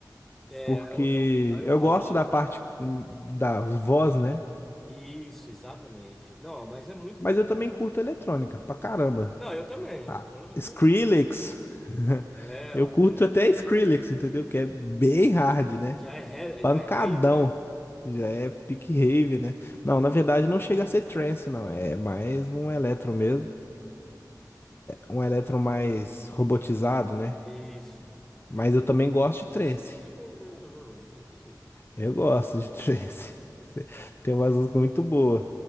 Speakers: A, in the centre; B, on the left.
A: É,
B: porque
A: eu, eu- aí eu
B: eu
A: coloco.
B: gosto da parte hum, da voz, né?
A: Isso, exatamente. Não, mas é muito
B: Mas
A: bom,
B: eu também
A: cara.
B: curto eletrônica, pra caramba.
A: Não, eu também,
B: Ah,
A: eletrônica eu
B: Skrillex.
A: também curto.
B: <laughs>
A: É,
B: Eu curto
A: é.
B: até Skrillex, entendeu? Que é bem hard, né?
A: Já é, re-
B: Pancadão.
A: já é rave, né?
B: Já é pick rave, né? Não,
A: É,
B: na verdade não chega a ser trance, não. É mais um eletro mesmo. Um eletro mais robotizado, né?
A: isso.
B: Mas eu também gosto de
A: Fica...
B: trance.
A: zuz, zuz, zuz.
B: Eu gosto de trance. <laughs> Tem umas músicas muito boas.